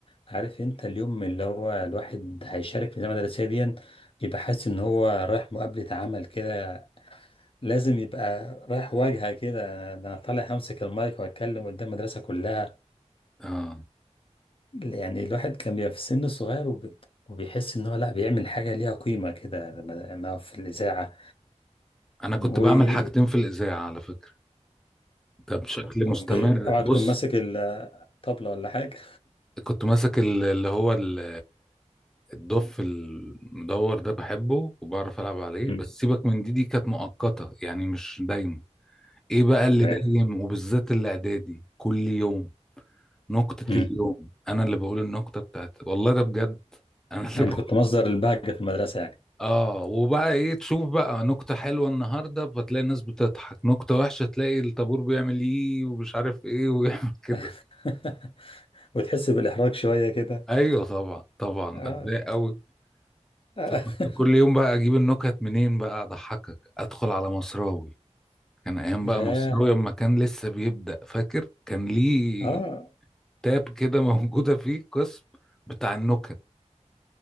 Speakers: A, on the left; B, in the centre.
A: عارف انت اليوم اللي هو الواحد هيشارك في الإذاعة المدرسية دي بيبقى حاسس ان هو رايح مقابلة عمل كده لازم يبقى رايح واجهة كده انا أنا طالع همسك المايك واتكلم قدام المدرسة كلها
B: اه
A: يعني الواحد كان بيبقى في السن الصغير وب... وبيحس ان هو لا بيعمل حاجة ليها قيمة كده لما لما أقف في الإذاعة
B: انا كنت
A: واقعد
B: بعمل حاجتين في الاذاعة على فكرة ده بشكل
A: كن
B: مستمر
A: ب... أقعد
B: بص
A: كن ماسك الطبلة ولا حاجة
B: كنت ماسك ال- اللي هو ال- الدف المدور ده بحبه وبعرف العب عليه
A: مم.
B: بس سيبك من دي دي كانت مؤقتة يعني مش دايما ايه بقى اللي
A: تمام.
B: دايم وبالذات الاعدادي كل يوم نكتة
A: مم.
B: اليوم انا اللي بقول النكتة بتاعتي والله ده بجد <laughs> انا اللي
A: يعني
B: بقول
A: أنت كنت مصدر البهجة في المدرسة يعني
B: اه وبقى ايه تشوف بقى نكتة حلوة النهاردة فتلاقي الناس بتضحك نكتة وحشة تلاقي الطابور بيعمل ايه ومش عارف ايه <laughs> ويعمل كده
A: <laughs> وتحس بالإحراج شوية كده
B: ايوه طبعا طبعا
A: اه
B: اتضايق قوي
A: آه.
B: كنت
A: <laughs>
B: كل يوم بقى اجيب النكت منين بقى اضحكك ادخل على مصراوي كان ايام
A: ياه
B: بقى مصراوي اما كان لسه بيبدأ فاكر كان ليه
A: اه
B: تاب كده <laughs> موجودة فيه قسم بتاع النكت